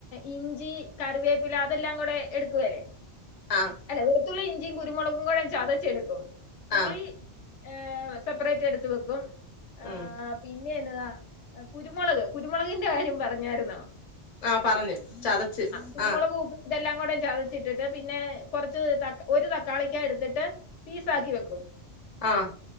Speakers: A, on the left (about 80°); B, on the left (about 35°).
A: ഇഞ്ചി കറിവേപ്പില അതെല്ലാം കൂടെ എടുക്കുവെ ലെ
B: ആഹ്
A: അല്ല വെളുത്തുള്ളി യിഞ്ചി കുരുമുളകും കൂടെ ചതച്ചെടുക്കും പുളി
B: ആ
A: ഏഹ് സെപ്പറേറ്റ് എടുത്ത് വെക്കും ഏ
B: ഉം
A: പിന്നെയെന്നതാ എ കുരുമുളക് കുരുമുളകിന്റെ കാര്യം പറഞ്ഞായിരുന്നോ
B: ആഹ് പറഞ്ഞ് ചതച്ച്
A: കുരുമുളകും
B: ആഹ്
A: ഉപ്പും ഇതെല്ലാം കുടെ ചതച്ചിട്ടിട്ട് പിന്നെ കൊറച്ച് ത ഒരു തക്കാളിക്കാ എടുത്തിട്ട് പീസാക്കി വെക്കും
B: ആഹ്